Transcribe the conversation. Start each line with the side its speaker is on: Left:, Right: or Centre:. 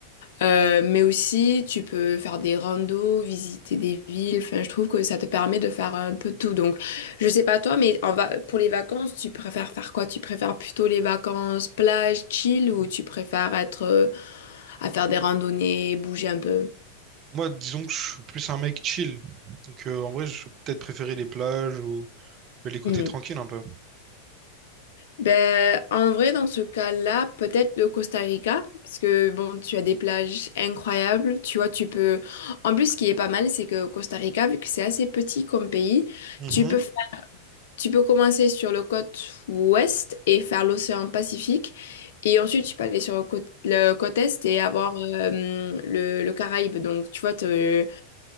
Left: Euh, mais aussi tu peux faire des randos, visiter des villes, enfin, je trouve que ça te permet de faire un peu tout. Donc, je sais pas toi, mais en va pour les vacances, tu préfères faire quoi? Tu préfères plutôt les vacances plage, chill, ou tu préfères être euh, à faire des randonnées, bouger un peu?
Right: Moi, disons que je suis plus un mec chill. Donc, euh, en vrai, je vais peut-être préférer les plages ou les côtés
Left: Ok.
Right: tranquilles un peu.
Left: Ben, en vrai, dans ce cas-là, peut-être le Costa Rica, parce que bon, tu as des plages incroyables, tu vois, tu peux... En plus, ce qui est pas mal, c'est que au Costa Rica, vu que c'est assez petit comme pays,
Right: Mhm.
Left: tu peux faire- tu peux commencer sur le côte ouest et faire l'océan Pacifique, et ensuite tu peux aller sur le côte, le côte est et avoir euh, le, le Caraïbe. Donc, tu vois, te-